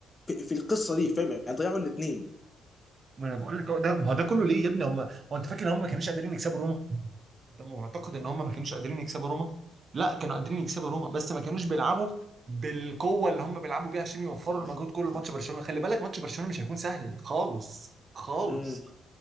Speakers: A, on the left (about 25°); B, on the right (about 45°).
A: في, في القصه دي فاهم يعني ضيعوا الاثنين
B: ما انا بقول لك اه ده ما هو ده كله ليه يا ابني هم هو انت فاكر ان هم ما كانوش قادرين يكسبوا روما؟ انت معتقد ان هم ما كانوش قادرين يكسبوا روما؟ لا كانوا قادرين يكسبوا روما بس ما كانوش بيلعبوا بالقوه اللي هم بيلعبوا بيها عشان يوفروا المجهود كله لماتش برشلونه خلي بالك ماتش برشلونه مش هيكون سهل خالص خالص
A: امم